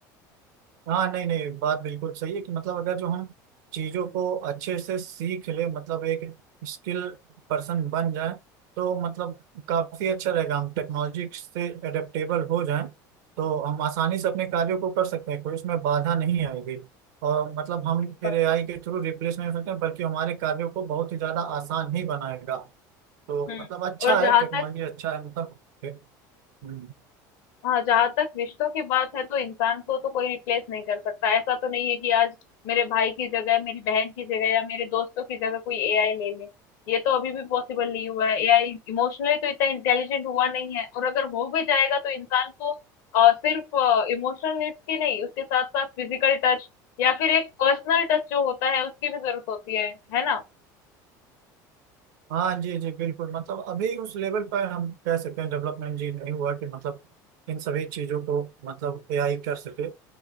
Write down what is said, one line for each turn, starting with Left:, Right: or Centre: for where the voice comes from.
Right: हाँ नहीं नहीं बात बिल्कुल सही है कि मतलब अगर जो हम चीजों को अच्छे से सीख ले मतलब एक स्किल पर्सन बन जाए तो मतलब काफी अच्छा रहेगा हम टेक्नोलॉजी से एडेप्टेबल हो जाएं तो हम आसानी से अपने कार्यों को कर सकते हैं कोई इसमें बाधा नहीं आएगी और मतलब हम
Left: सही
Right: फिर
Left: बात
Right: एआई के थ्रू रिप्लेस नहीं हो सकते बल्कि हमारे कार्यों को बहुत ही ज्यादा आसान ही बनाएगा तो
Left: हम्म
Right: मतलब अच्छा
Left: और जहां
Right: है टेक्नोलॉजी
Left: तक
Right: अच्छा है मतलब हम्म।
Left: हाँ जहां तक रिश्तों की बात है तो इंसान को तो कोई रिप्लेस नहीं कर सकता ऐसा तो नहीं है कि आज मेरे भाई की जगह मेरी बहन की जगह या मेरे दोस्तों की जगह कोई एआई ले ले ये तो अभी भी पॉसिबल नहीं हुआ है एआई इमोशनली तो इतना इंटेलिजेंट हुआ नहीं है और अगर हो भी जाएगा तो इंसान को अ, सिर्फ इमोशनल नीड्स की नहीं उसके साथ साथ फिजिकल टच या फिर एक पर्सनल टच जो होता है उसकी भी जरूरत होती है है ना
Right: हाँ जी जी बिल्कुल मतलब अभी उस लेवल पर हम कह सकते हैं डेवलपमेंट जी नहीं हुआ कि मतलब इन सभी चीजों को मतलब एआई कर सके